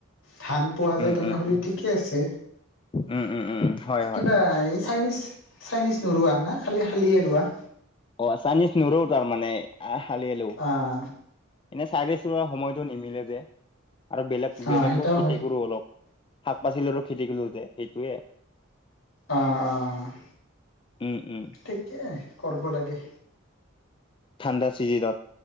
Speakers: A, on the left; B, on the left.
A: ধান পোৱা
B: উম
A: যায় তেনেহ'লে
B: উম উম
A: ঠিকেই আছে।
B: উম উম উম হয় হয়
A: কিবা এই চাইনিজ, চাইনিজ নৰুোৱাা না খালি খালিয়ে ৰোৱা।
B: অ' চাইনিজ নুৰো তাৰমানে আহ হালি আলো
A: অ'।
B: এনে চাৰশ ৰকা সময়তো নিমিলে যে, আৰু বেলেগ
A: আহ
B: বেলেগো
A: সেইটাও
B: খেতি
A: হয়
B: কৰো অলপ। শাক পাচলি আৰু খেতি কলো যে সেইটোয়ে।
A: অ' অ'
B: উম উম
A: ঠিকেই কৰিব লাগে।
B: ঠাণ্ডা চিজনত,